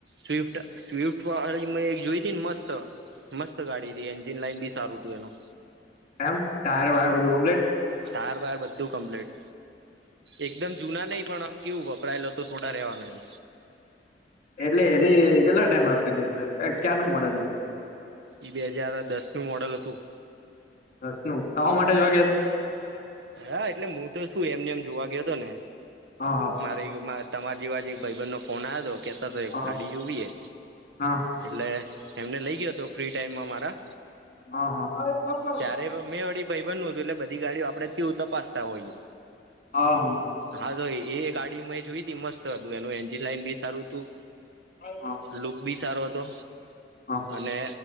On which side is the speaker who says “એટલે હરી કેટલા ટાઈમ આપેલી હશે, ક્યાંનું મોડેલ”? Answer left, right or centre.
Left